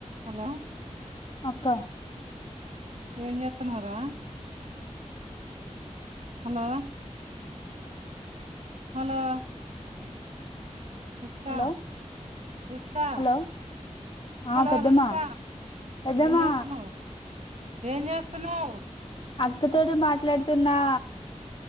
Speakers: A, on the right (about 60°); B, on the left (about 45°).
A: Hello
B: అక్క
A: ఏం చేత్తనావ్ రా హలో హలో రుస్తా
B: హలో
A: రుస్తా
B: హలో ఆ
A: హలో
B: పెద్దమ్మా
A: రుషిత
B: పెద్దమ్మా
A: ఏం చేస్తున్నావ్ ఏం జేస్తున్నావ్.
B: అక్క తోటి మాట్లాడుతున్నా